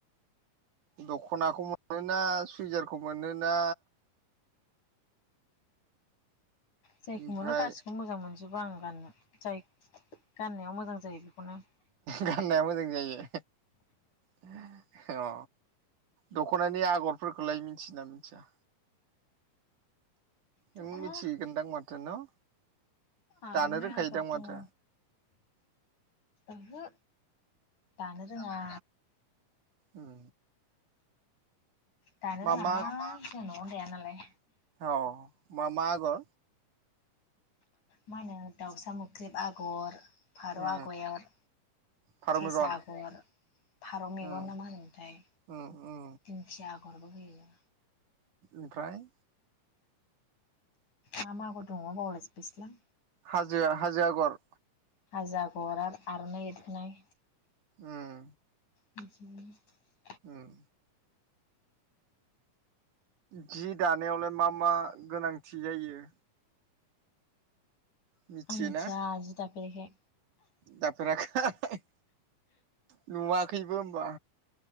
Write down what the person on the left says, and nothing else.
जायखौ
मोनो गासिखौबो मोजां मोनजोबो आं गाननो जाय गाननायाव मोजां जायो बेखौनो।
दङ
आर'नाय
आगर
दङो ओहो दानो रोङा
दानो
रोङा
हां जोंहा न'आवनो दाया नालाय।
मा होनो दाउसा मोख्रेब आगर, फारौ
आग'अर
सेसा
आगर, फारौ मेगन
नामा होनोथाय
दिंखिया आग गरबो होयो
मा मा <unintelligible> दङ बावला जोबबायसोलां।
हाजो आगर आर आर'नाय एरखोनाय।
बिदि <inaudible>
आं मिथिया जि दाफेरिखाय।